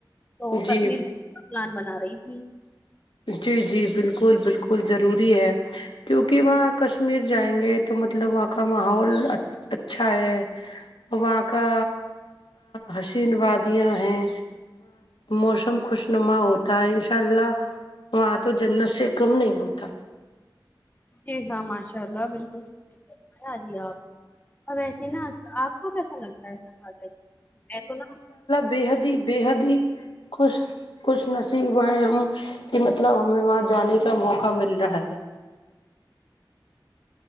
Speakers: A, on the left; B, on the left.
A: تو
B: جی
A: کشمیر پلان بنا رہی تھی
B: جی جی بالکل بالکل ضروری ہے کیونکہ وہاں کشمیر جائیں گے تو مطلب وہاں کا ماحول اچھا ہے اور وہاں کا حشین وادیاں ہیں موسم خوش نما ہوتا ہے ان ان شاء اللہ وہاں تو جنت سے کم نہیں ہوتا
A: جی ہاں ماشاء اللہ بالکل صحیح فرمایا باجی آپ اور وسے نا آپ آپ کو کیسا لگتا ہے ایسا ای تو نا
B: بے حد ہی بےحد ہی خوش کچھ نصیب ہیں ہم کہ مطلب ہمیں وہاں جانے کا موقع مل رہا ہے